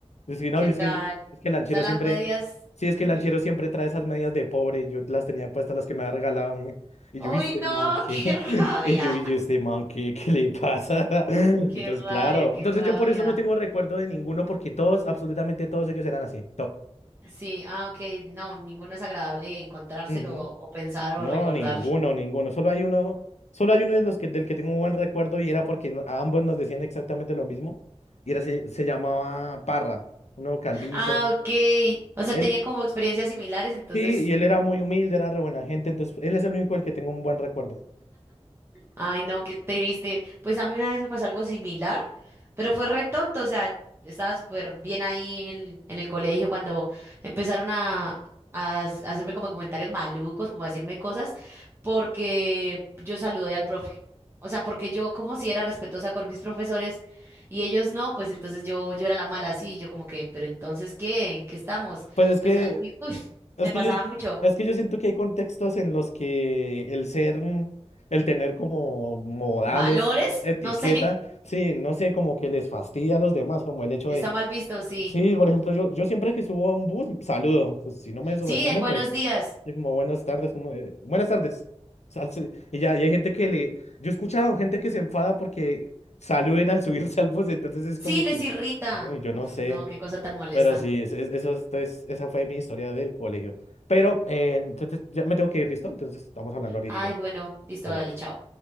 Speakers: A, on the left; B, on the right.
A: Es que no,
B: ¿Qué
A: es
B: tal?
A: que, es que el lanchero
B: O sea, las
A: siempre.
B: medias.
A: Sí, es
B: ujú.
A: que el lanchero siempre trae esas medias de pobre y yo las tenía puestas las que me había regalado. a mí. Y
B: Uy,
A: yo, "¿Y este
B: no,
A: man qué?
B: <laughs> qué rabia,
A: <laughs> Y yo, "¿Y este man qué? ¿Qué le pasa? <laughs>
B: qué
A: Entonces,
B: rabia,
A: claro.
B: qué
A: Entonces,
B: rabia.
A: yo por eso no tengo recuerdo de ninguno, porque todos, absolutamente todos ellos eran así.
B: Sí, ah, ok, no, ninguno es agradable encontrárselo
A: Todos.
B: o, o pensar
A: No,
B: o recordar.
A: ninguno, ninguno. Solo hay uno, solo hay uno de los que, del que tengo un buen recuerdo y era porque no- a ambos nos decían exactamente lo mismo. Y era, se, se llamaba Parra, un nuevo calvito.
B: Ah, ok, o sea,
A: Él,
B: tenían como experiencias similares, entonces
A: sí, y él era muy humilde, era re buena gente, entonces él es el único del que tengo un buen recuerdo.
B: Ay, no, qué triste. Pues a mí una vez me pasó algo similar, pero fue re tonto, o sea, estaba súper bien ahí en, en el colegio cuando empezaron a, a as- hacerme como comentarios malucos, como a decirme cosas, porque yo saludé al profe. O sea, porque yo como si era respetuosa con mis profesores y ellos no, pues entonces yo, yo era la mala así, yo como que, pero entonces, ¿qué? ¿En qué estamos?
A: Pues es
B: Entonces,
A: que,
B: así, uy,
A: es
B: me
A: que
B: pasaba
A: yo,
B: mucho.
A: es que yo siento que hay contextos en los que el ser, mm, el tener como modales,
B: ¿Valores?
A: etiqueta,
B: No sé,
A: sí, no sé, como que les fastidia a los demás, como
B: <laughs>
A: el hecho
B: está
A: de
B: mal visto, sí.
A: Sí, por ejemplo, yo, yo siempre que subo a un bus, saludo. Pues si no me responden,
B: Sí, el buenos
A: pues
B: días.
A: yo como buenas tardes, como eh, buenas tardes. Sal- y ya, y hay gente que le, yo he escuchado gente que se enfada porque saluden al subirse al bus, entonces es
B: Sí,
A: como
B: les
A: que,
B: irrita.
A: uy, yo
B: Uf,
A: no sé.
B: no, qué cosa tan molesta.
A: Pero sí, es- es- eso es, es- esa fue mi historia del colegio. Pero eh, entonces ya me tengo que ir, ¿listo? Entonces estamos hablando ahorita.
B: Ay, bueno, listo,
A: Vale.
B: dale, chao.